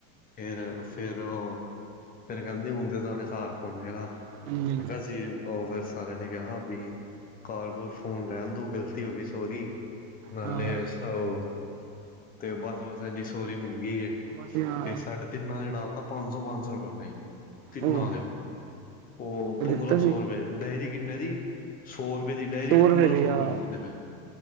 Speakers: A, on the left; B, on the right.
A: ਫੇਰ ਫੇਰ ਉਹ ਫੇਰ ਕਹਿੰਦੀ ਹੁਣ ਤਾਂ ਤੁਹਾਡੇ ਘਰ ਪਹੁੰਚੇਗਾ
B: ਹਾਂਜੀ
A: ਮੈ ਕਿਹਾ ਅਸੀ ਉਹ ਫਿਰ ਸਾਰਿਆਂ ਨੇ ਕਿਹਾ ਬੀ ਘਰ ਘੁਰ ਫੋਨ ਰਹਿਣ ਦੋ ਗ਼ਲਤੀ ਹੋ ਗਈ ਸੋਰੀ ਨਾਲੇ
B: ਹਾਂ
A: ਉਹ ਤੇ ਬਸ ਬਸ ਇੰਝੀ ਸੋਹਰੀ ਮੰਗੀ ੰਗੀ ਹੈ
B: ਅਸੀਂ ਹਾਂ
A: ਤੇ ਸਾਡੇ ਤਿੰਨਾ ਜਿਹੜਾ ਪੰਜ ਸੌ ਪੰਜ ਸੌ ਰੁਪਏ ਫਾਈਨ ਤਿੰਨਾਂ
B: ਉਹ
A: ਦੇ ਓ
B: ਤੇ
A: ਪੰਦਰਾਂ
B: ਦਿੱਤਾ ਸੀ
A: ਸੌ ਰੁਪਏ ਡੇਅਰੀ ਕਿੰਨੇ ਦੀ ਸੌ - ਦੀ ਡੇਅਰੀ
B: ਸੌ
A: ਤੇ ਪੰਦਰਾਂ
B: ਦੀ
A: ਸੌ
B: ਹਾਂ
A: ਰੁਪਏ ਮੰਗਦੇ ਪਏ।